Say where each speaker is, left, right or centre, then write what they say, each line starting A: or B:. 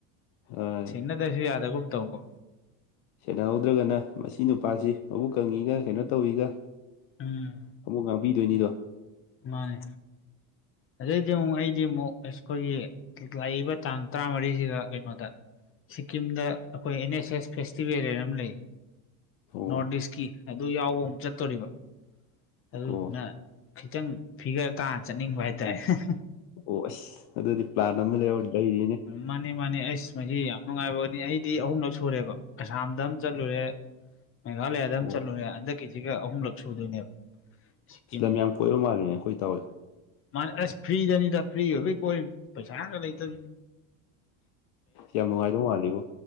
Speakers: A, on the left (about 65°); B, on the left (about 30°).
A: ꯍꯣꯏ
B: ꯅꯠꯇ꯭ꯔꯁꯨ ꯌꯥꯗꯒꯨꯝꯕ ꯇꯧꯀꯣ
A: ꯁꯦꯟꯅꯍꯧꯗ꯭ꯔꯒꯅ ꯃꯁꯤ ꯅꯨꯄꯥꯁꯤ ꯃꯕꯨꯛ ꯀꯪꯉꯤꯒ ꯀꯩꯅꯣ ꯇꯧꯏꯒ
B: ꯎꯝ
A: ꯑꯃꯨꯛ ꯉꯥꯡꯕꯤꯗꯣꯏꯅꯤꯗꯣ
B: ꯃꯥꯅꯦ ꯑꯗꯨꯗꯩꯗꯤ ꯑꯃꯨꯛ ꯑꯩꯗꯤ ꯑꯃꯨꯛ ꯑꯩꯈꯣꯏꯒꯤ ꯂꯥꯛꯏꯕ ꯇꯥꯡ ꯇꯔꯥꯃꯔꯤꯁꯤꯗ ꯀꯩꯅꯣꯗ ꯁꯤꯀꯤꯝꯗ ꯑꯩꯈꯣꯏ ꯑꯦꯟ ꯑꯦꯁ ꯑꯦꯁ ꯐꯦꯁꯇꯤꯚꯦꯜꯑꯦꯅ ꯑꯃ ꯂꯩ
A: ꯑꯣ
B: ꯅꯣꯔꯠ ꯏꯁꯀꯤ ꯑꯗꯨ ꯌꯥꯎꯕ ꯑꯃꯨꯛ ꯆꯠꯇꯣꯔꯤꯕ ꯑꯗꯨꯗꯨꯅ
A: ꯑꯣ
B: ꯈꯤꯇꯪ ꯐꯤꯒꯔ ꯇꯥꯅ ꯆꯠꯅꯤꯡꯕ ꯍꯥꯏꯇꯥꯔꯦꯍꯦꯍꯦ
A: ꯑꯣ ꯑꯁ ꯑꯗꯨꯗꯤ ꯄ꯭ꯂꯥꯟ ꯑꯃ ꯌꯥꯎꯔꯤ ꯂꯩꯔꯤꯅꯦ
B: ꯃꯥꯅꯦ ꯃꯥꯅꯦ ꯑꯩꯁ ꯃꯁꯤꯗꯤ ꯌꯥꯝ ꯅꯨꯡꯉꯥꯏꯕꯅꯤ ꯑꯩꯗꯤ ꯑꯍꯨꯝꯂꯛ ꯁꯨꯔꯦꯕ ꯑꯁꯥꯝꯗ ꯑꯃ ꯆꯠꯂꯨꯔꯦ ꯃꯦꯘꯥꯂꯩꯌꯥꯗ
A: ꯑꯣ
B: ꯑꯃ ꯆꯠꯂꯨꯔꯦ ꯍꯟꯗꯛꯀꯤꯁꯤꯒ ꯑꯍꯨꯝꯂꯛ ꯁꯨꯗꯣꯏꯅꯦꯕ ꯁꯤꯛꯀꯤꯝꯒꯤ
A: ꯁꯤ ꯂꯝ ꯌꯥꯝ ꯀꯣꯏꯕ ꯃꯥꯜꯂꯤꯅꯦ ꯑꯩꯈꯣꯏ ꯏꯇꯥꯎ ꯍꯣꯏ
B: ꯃꯥꯅꯤ ꯑꯁ ꯐ꯭ꯔꯤꯗꯅꯤꯗ ꯐ꯭ꯔꯤ ꯑꯣꯏꯕꯒꯤ ꯀꯣꯏꯔꯤꯅꯤ ꯄꯩꯁꯥꯒ ꯂꯩꯇꯕꯤꯅꯤ
A: ꯌꯥꯝ ꯅꯨꯡꯉꯥꯏꯗꯧ ꯃꯥꯜꯂꯤꯕꯣ